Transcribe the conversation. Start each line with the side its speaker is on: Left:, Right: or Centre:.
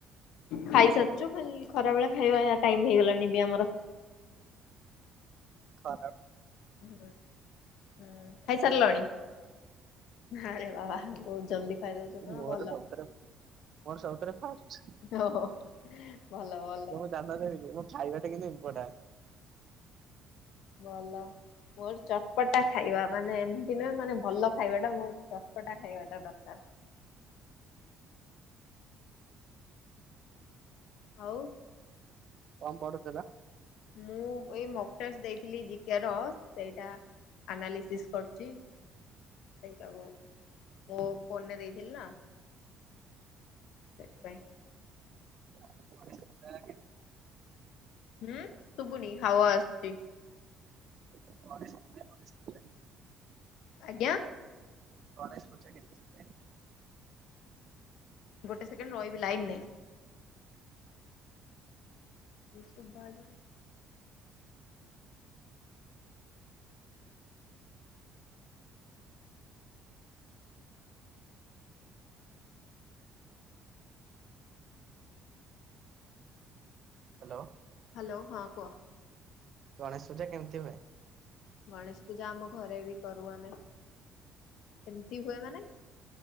Left: ଖାଇସାରିଛୁ ଖାଲି ଖରା ବେଳେ ଖାଇବା ଟାଇମ ହେଇଗଲାଣି ବି ଆମର
Right: <unintelligible>
Left: ହଁ ହଁ ଖାଇ ସାରିଲଣି? ଆଁରେ ବାବା ବହୁତ ଜଲଦି ଖାଇଦଉଛ ତ
Right: ମୋର
Left: ଭଲ।
Right: ସବୁଥିରେ ମୋର ସବୁଥିରେ ଫାଷ୍ଟ
Left: ଓ ଭଲ ଭଲ।
Right: ଜ ଦେନି ମଁ ଖବା ଟା କେନ୍ତ ମ୍ପୋର୍ଟାଟ।
Left: ଭଲ। ମୋର ଚଟପଟା ଖାଇବା ମାନେ ଏମିତି ନୁହେଁ ମାନେ ଭଲ ଖାଇବା ଟା ମୋର ଚଟପଟା ଖାଇବାଟା ଦରକାର। ହଉ
Right: କମ ପଡୁଥିଲା
Left: ମୁଁ ଏଇ ମକ୍ଟର୍ସ ଦେଇଥିଲି ଜିକି ର ସେଇଟା ଆନାଲିସିସ୍ କରୁଛି। ସେଇା ମୁୋ ଫୋନରେ ଦେଇଥିଲି ନା। ସେଥିପାଇଁ।
Right: <unintelligible>
Left: ହୁଁ ଶୁଗୁନି ହାୱ ଆସଛି
Right: <unintelligible>
Left: ଆଜ୍ଞା।
Right: <unintelligible>
Left: ଗୋଟେ ସେକେଣ୍ଡ ରହିବି ଲାଇନ ରେ ଶଖ ଭଜ
Right: ହ୍ୟାଲୋ।
Left: ହ୍ୟାଲୋ ହଁ କୁହ।
Right: ଗଣେଶୂଜା କେମିତି ହୁଏ?
Left: ଗଣେଶ ପୂଜା ଆମ ଘରେ ବି କରୁ ଆମେ। କେମିତି ହୁଏ ମାନେ